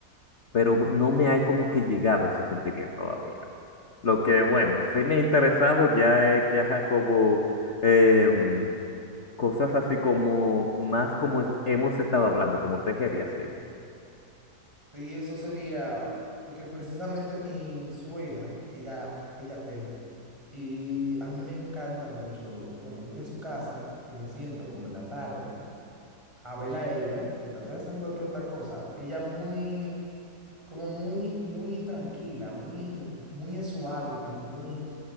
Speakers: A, on the left; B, on the right.
A: Pero no me ha como que llegado ese sentimiento todavía. Lo que, bueno, sí me ha interesado ya es ya como... em, Cosas así como más como es- hemos estado hablando, como tejer y así.
B: Y eso sería, porque precisamente mi, mi suegra, ella, ella teje. Y a mí me encanta mucho cuando yo voy a su casa, que me siento como en la tarde, a verla a ella, mientras estoy haciendo cualquier otra cosa. Ella muy, como muy, muy tranquila, muy, muy en su hábitat, muy